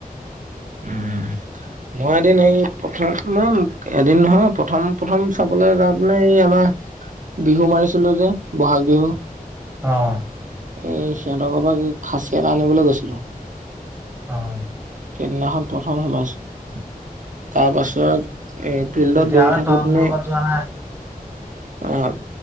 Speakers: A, on the right (about 15°); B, on the right (about 55°).
A: <unintelligible>
B: উম। মই এদিন এই প্ৰথম ম এদিন নহয় প্ৰথম প্ৰথম চাবলৈ যাওঁতেনো এই আমাৰ। বিহু মাৰিছিলোঁ যে বহাগ বিহু।
A: অঁ।
B: এই সিহঁতৰ ঘৰৰ পৰা কি খাঁচী এটা আনিবলৈ গৈছিলোঁ।
A: অহ!
B: সেইদিনাখন প্ৰথম সোমাইছোঁ। তাৰ পাছত এই ফিল্ডত
A: তেতিয়াহ'লে
B: দৌৰি থাকোঁতে
A: তই মোৰ
B: মানে
A: লগত যোৱা নাই
B: অ‍ঁ!